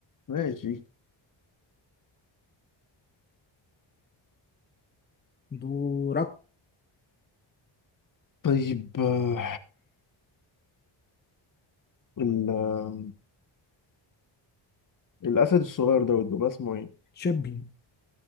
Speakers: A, on the left (about 40°); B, on the left (about 20°).
A: ماشي
B: دورك
A: طيب آه، ال آه، الأسد الصغير دوت بيبقى اسمه ايه؟
B: تشبي <clears throat>